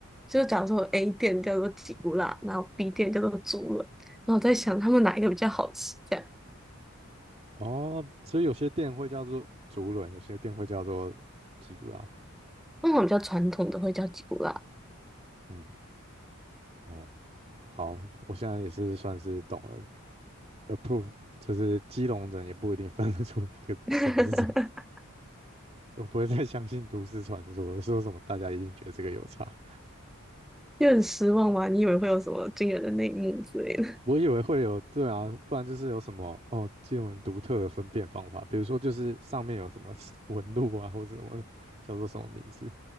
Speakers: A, in the centre; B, on the right (about 30°).
A: 就假如说 A 店叫做吉古拉，然后 B 店叫做猪轮。然后我在想他们哪一个比较好吃，这样。
B: 哦，所以有些店会叫做竹轮，有些店会叫做吉古拉。
A: 那种比较传统的会叫吉古拉，
B: 嗯，哦，好，我现在也是算是懂了。Approve 就是基隆人也不一定分得出这个什么是什么，
A: <laughs>
B: 我不会再相信都市传说说什么大家一定觉得这个有差。
A: 就很失望嘛。你以为会有什么惊人的内幕之类的？
B: 我以为会有，对啊，不然就是有什么哦，基隆人独特的分辨方法，比如说就是上面有什么 <laughs> 纹路啊，或者什么叫做什么名字